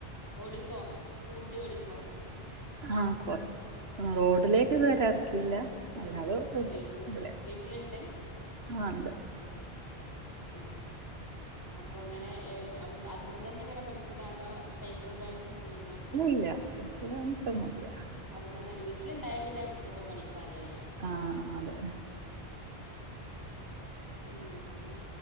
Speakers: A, on the left (about 20°); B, on the right (about 70°).
A: ഓടിക്കോ സ്കൂട്ടി ഓടിക്കോ
B: ആഹ് കൊരെ റോഡിലേക്ക് ഇത്വരെ ഇറക്കിയില്ല അല്ലാതെ ഓട്ടും
A: വീട്ടില്
B: ഇതിൽ
A: വീട്ടിലുണ്ട്
B: ആ ഉണ്ട്
A: ഉ അപ്പൊ അങ്ങനെ അവി അതുമ തന്നെങ്ങനെ പഠി ച്ചതോ അതോ സൈക്കിൾ ബാലൻസ് ഒക്കെ ഉണ്ടയ്നോ
B: ഇല്ല പോവാനും സമയല്യ
A: അതുമ്പെ തന്നെ വീട്ടിലുണ്ടായ പിന്നെ ഇപ്പം പഠിക്കാലോല്ലേ
B: ആഹ് അതെ
A: ഉ ഉ